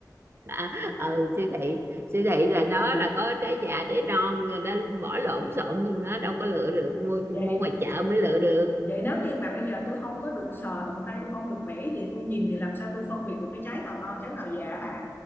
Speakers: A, on the right; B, on the left.
A: à, ừ siêu thị siêu thị là nó là có trái già trái non rồi đó bỏ lộn xộn nhưng nó đâu có lựa được mua
B: vậy
A: mua ngoài chợ mới lựa được
B: vậy nếu như mà bây giờ tôi không có được sờ tận tay tôi không được bẻ gì tôi nhìn thì làm sao tôi phân biệt được cái trái nào non trái nào già hả bà